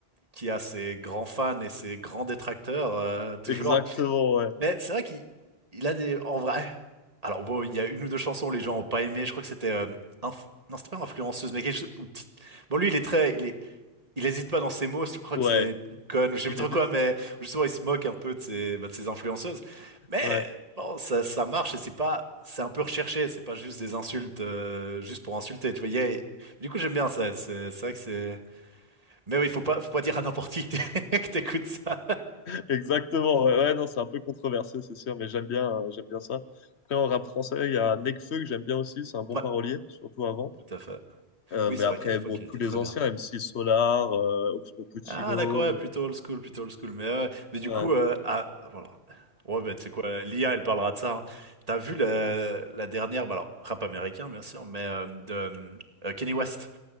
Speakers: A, on the right; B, on the left.
A: qui a ses grands fans et ses grands détracteurs, euh, toujours.
B: Exactement, ouais.
A: Mais c'est vrai qu'il il a des... En vrai... Alors bon, il y a une ou deux chansons où les gens ont pas aimé, je crois que c'était... euh, inf- Non, c'était pas influenceuse, mais quelque chose... ou petite- Bon, lui, il est très... Il est... il hésite pas dans ses mots, je crois
B: Ouais,
A: que c'est des petites connes, ou je sais
B: il
A: plus trop
B: est dé-
A: quoi, mais justement, il se moque un peu de ses, bah, de ses influenceuses. Mais
B: ouais,
A: bon, ça, ça marche et c'est pas... C'est un peu recherché, c'est pas juste des insultes, euh, juste pour insulter, tu vois. il y a- Du coup, j'aime bien ça, c'est c'est vrai que c'est... Mais oui, faut pas, faut pas dire à n'importe qui que t'é- <laughs> que t'écoutes ça.
B: <laughs> exactement. Ouais, ouais, non, c'est un peu controversé, c'est sûr, mais j'aime bien euh, j'aime bien ça. Après en rap français, il y a Nekfeu que j'aime bien aussi, c'est un bon
A: Ouais,
B: parolier, surtout avant.
A: tout à fait.
B: Euh,
A: Oui,
B: mais
A: c'est
B: après
A: vrai qu'à l'époque,
B: bon, tous
A: il était
B: les
A: très
B: anciens
A: bien.
B: m c Solar, euh, Oxmo Puccino,
A: Ah, d'accord, ouais, plutôt
B: euh,
A: old school, plutôt old school. Mais, euh, mais
B: ouais.
A: du coup, euh, ah, ah, voilà. Ouais, ben, tu sais quoi, l'IA, elle parlera de ça. hein. T'as vu la, la dernière, bah, alors, rap américain, bien sûr, mais euh, de euh, euh, Kanye West.